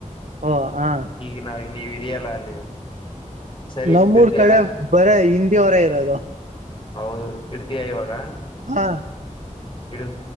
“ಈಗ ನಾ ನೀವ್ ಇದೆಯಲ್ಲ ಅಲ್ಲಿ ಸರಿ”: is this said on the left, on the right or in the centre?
Left